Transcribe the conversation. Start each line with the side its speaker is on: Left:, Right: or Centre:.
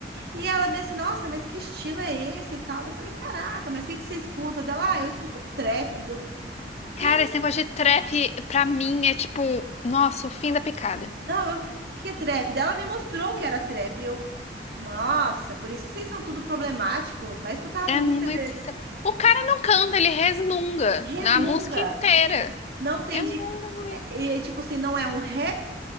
Right: E ela me assim, nossa, mas que estilo é esse e tal? Eu falei, caraca, mas o que que você escuta? Dela, ah, eu escuto trap. Deu, quê?
Left: Cara, esse negócio de trap, pra mim, é tipo, nossa, o fim da picada.
Right: Não, eu, o que que é trap? Daí ela me mostrou o que era trap. E eu, nossa, por isso que vocês são tudo problemático. Vai escutar a
Left: É
Right: música
Left: muito.
Right: deles.
Left: estra- O cara não canta, ele resmunga
Right: Resmunga.
Left: na música inteira.
Right: Não tem
Left: É
Right: de.
Left: muito ruim.
Right: É, é, tipo assim, não é um rap,